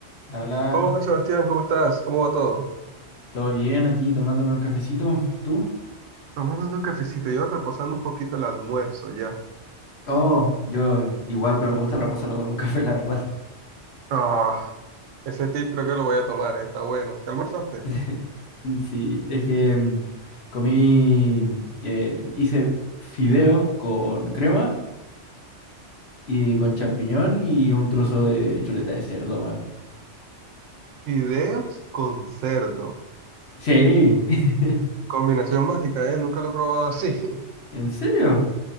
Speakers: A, on the left; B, on the right.
A: La hola,
B: Hola Sebastián, ¿cómo estás? ¿Cómo va todo?
A: todo bien aquí tomándome un cafecito. ¿Tú?
B: Tomando un cafecito, yo reposando un poquito el almuerzo ya.
A: Oh, yo igual, pero me gusta reposarlo con un <laughs> café, la verdad.
B: Ah, ese tip creo que lo voy a tomar, eh, Está bueno. ¿Qué almorzaste?
A: <laughs> Sí, es que mm, comí, eh, hice fideos con crema y con champiñón y un trozo de chuleta de cerdo, man.
B: Fideos con cerdo.
A: Sí, <laughs>
B: Combinación mágica, ¿eh? Nunca lo he probado así. <laughs>
A: ¿en serio?